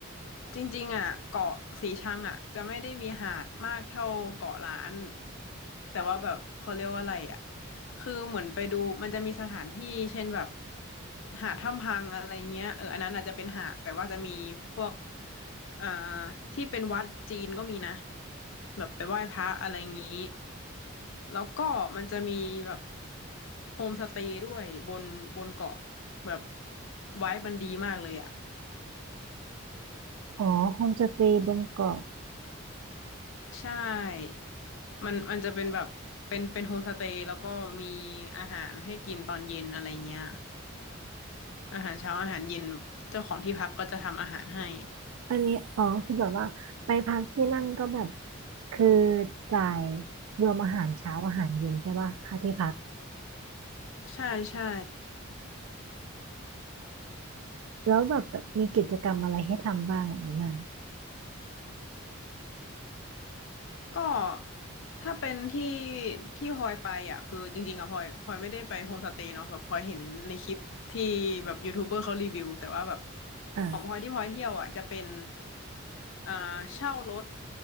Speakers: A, on the left (about 65°); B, on the right (about 80°).
A: จริงๆอ่ะเกาะสีชังอ่ะจะไม่ได้มีหาดมากเท่าเกาะล้านแต่ว่าแบบเขาเรียกว่าอะไรอ่ะคือเหมือนไปดูมันจะมีสถานที่เช่นแบบหาดถ้ำพังอะไรเงี้ยเอออันนั้นอาจจะเป็นหาดแต่ว่าจะมีพวกเอ่อที่เป็นวัดจีนก็มีนะแบบไปไหว้พระอะไรงี้แล้วก็มันจะมีแบบโฮมสเตย์ด้วยบนบนเกาะแบบไว้มันดีมากเลยอ่ะ
B: อ๋อโฮมสเตย์บนเกาะ
A: ใช่มันมันจะเป็นแบบ เป็นเป็นโฮมสเตย์แล้วก็มีอาหารให้กินตอนเย็นอะไรเงี้ย อาหารเช้า อาหารเย็น เจ้าของที่พักก็จะทำอาหารให้
B: อันนี้อ๋อคือแบบว่าไปพักที่นั่นก็แบบ คือจ่ายรวมอาหารเช้าอาหารเย็นใช่ปะค่าที่พัก
A: ใช่ใช่
B: แล้วแบบแบบมีกิจกรรมอะไรให้ทำบ้างอ่ะในนั้น
A: ก็ถ้าเป็นที่ที่พลอยไปอ่ะคือจริงๆอ่ะพลอยพลอยไม่ได้ไปโฮมสเตย์เนาะแบบพลอยเห็นในคลิปที่แบบยูทูบเบอร์เขารีวิวแต่ว่าแบบ
B: อ่า
A: ของพลอยที่พลอยเที่ยวอ่ะจะเป็นอ่าเช่ารถ